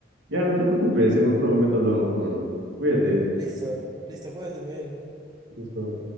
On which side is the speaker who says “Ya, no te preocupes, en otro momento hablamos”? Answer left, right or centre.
Right